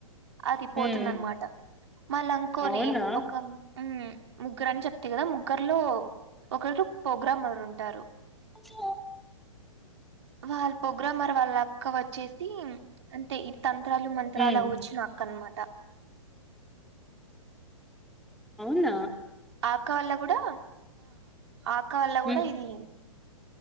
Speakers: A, on the right (about 55°); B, in the centre.
A: అది పోతుంది
B: ఉమ్
A: అనమాట మళ్ళ ఇంకోరి
B: అవునా
A: ఒక ముగ్గురు అని చెప్తి కదా ముగ్గర్లో ఒకరు ప్రోగ్రామరు ఉంటారు
B: చో
A: వాళ్ళ ప్రొగ్రామర్ వాళ్ళ అక్క వచ్చేసి అంటే ఈ తంత్రాలు మంత్రాలు
B: ఉమ్
A: అవి వచ్చిన క్కన్మాట
B: అవునా
A: ఆక్క వల్ల కూడా ఆక్క వల్ల
B: హ్మ్
A: కూడా ఇది